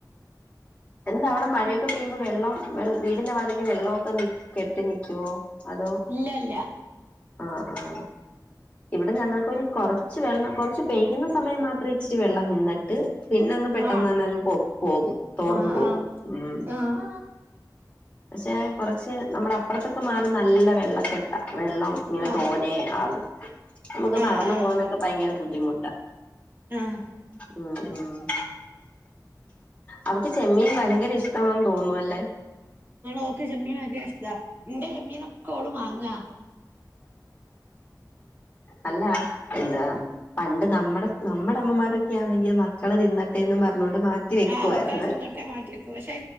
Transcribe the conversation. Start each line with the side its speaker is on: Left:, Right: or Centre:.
Left: എന്താവിടെ മഴയൊക്കെ പെയ്യുമ്പോ വെള്ളം വ വീടിന്റെ വാതിക്ക് വെള്ളമൊക്കെ നി കെട്ടി നിക്കുവോ അതോ
Right: ഇല്ല ല്ല
Left: ആഹ് ആഹ് ഇവിടെ ഞങ്ങൾക്കൊരു കുറച്ച് വെള്ളം കുറച്ച് പെയ്യുന്ന സമയം മാത്രമേ ഇച്ചിരി വെള്ളം നിന്നി ട്ട് പിന്നെ അങ്ങ് പെട്ടെന്ന്
Right: ആഹ്
Left: തന്നെ അങ്ങ് പോ പോകും തോർന്നു
Right: ആഹ്
Left: പോകും
Right: ആഹ്
Left: ഉം
Right: ആഹ്
Left: പക്ഷെ കൊറച്ച് നമ്മുടെ അപ്പുറത്തൊക്കെ മാറി നല്ല വെള്ളക്കെട്ട വെള്ളം ഇങ്ങനെ
Right: ആഹ്
Left: തോനേ ആകും നമുക്ക്
Right: ആഹ്
Left: നടന്നു
Right: ആഹ്
Left: പോകാനൊക്കെ ഭയങ്കര ബുദ്ധിമുട്ടാ
Right: ആഹ്
Left: ആഹ് ആഹ് അവക്ക് ചെമ്മീൻ ഭയങ്കര ഇഷ്ടാമാെന്ന് തോന്നുന്നു അല്ലേ
Right: ഓക്ക് ചെമ്മീൻഭയങ്കരഷ്ടാ എന്റെ ചെമ്മീനൊക്കെ ഓള് വാങ്ങാ
Left: അല്ല എന്താ പണ്ട് നമ്മടെ നമ്മടെ അമ്മമാരൊക്കെയാണെങ്കിൽ മക്കള് തിന്നട്ടെന്നും പറഞ്ഞോണ്ട് മാറ്റി മാറ്റി വെക്കുവാരുന്നെ
Right: ആഹ് മക്കള് തിന്നട്ടെ മാറ്റിവെക്കും പക്ഷെ